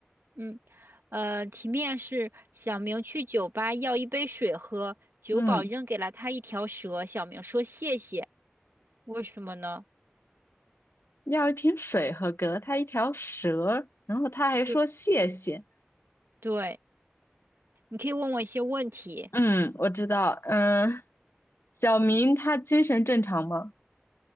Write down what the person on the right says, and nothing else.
嗯，呃，题面是小明去酒吧要一杯水喝，酒保扔给了他一条蛇，
小明说谢谢。为什么呢？
对对，你可以问我一些问题，